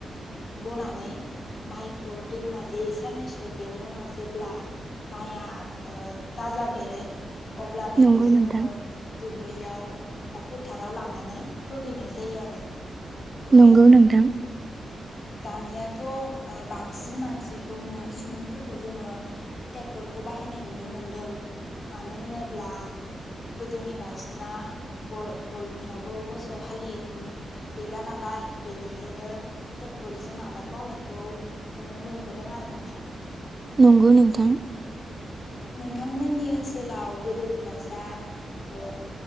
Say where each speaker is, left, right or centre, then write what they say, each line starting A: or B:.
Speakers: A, on the left; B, on the right.
A: बनानै माइखौ दोननाय जायो साननैसो बेनि उनाव जेब्ला माइआ ओ गाजा बेरो अब्ला बेखौ
B: नंगौ
A: जोङो
B: नोंथां।
A: दुबि याव बा फोथाराव लांनानै फोहैनाय जायो आरो। ओ
B: नंगौ नोंथां।
A: दानिया थ बांसिन मानसिखौनो सुबुंफोरखौ जोङो टेक्टरखौ बाहायनाय नुनो मोनदों मानो होनोब्ला गोदोनि बायस ना ब-बयनियावबो मोसौ हालि नुनो गैला नालाय बेनिखायनो टेक्टरजों आबाद मावनायखौ नुनो मोनबोदों आरो नोंथां।
B: नंगौ नोंथां
A: नोंथांमोननि ओनसोलाव गोदोनि बायसा ओ